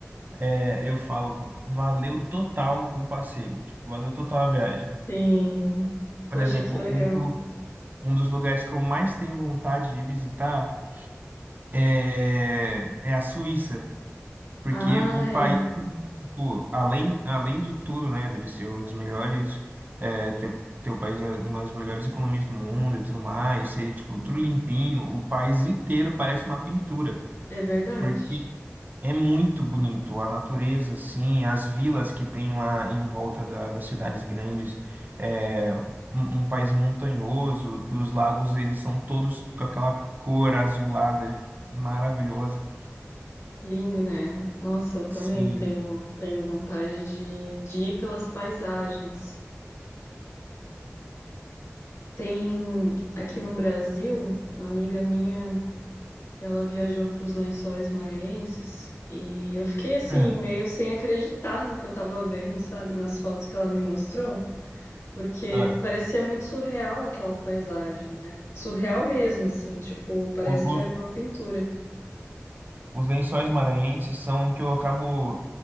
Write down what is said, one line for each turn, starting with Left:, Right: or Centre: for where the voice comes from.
Right: é, eu falo, valeu total o passeio, tipo, valeu total a viagem.
Left: Sim. Poxa,
Right: Por exemplo,
Left: que legal.
Right: um, do- um dos lugares que eu mais tenho vontade de visitar é, é a Suíça. Porque
Left: Ah,
Right: o
Left: é.
Right: país, tipo, além, além de tudo, né, dele ser um dos melhores, é, ter, ter o país, né, uma das melhores economias do mundo e tudo mais, ser, tipo,
Left: Uhum.
Right: tudo limpinho, o país inteiro parece uma pintura.
Left: É verdade.
Right: Porque é muito bonito, a natureza, assim, as vilas que tem lá em volta da- das cidades grandes, é um, um país montanhoso, que os lagos, eles são todos com aquela cor azulada maravilhosa.
Left: Lindo, né? Nossa, eu também
Right: Sim.
Left: tenho, tenho vontade de, de ir pelas paisagens. Tem aqui no Brasil uma amiga minha. Ela viajou para os Lençóis Maranhenses e eu fiquei assim
Right: Ah,
Left: meio sem acreditar no que eu tava vendo, sabe, nas fotos que ela me mostrou, porque
Right: ah.
Left: parecia muito surreal aquela paisagem, né? Surreal mesmo, assim, tipo, parece
Right: O-
Left: que
Right: Os,
Left: era uma pintura.
Right: os lençóis maranhenses são o que eu acabo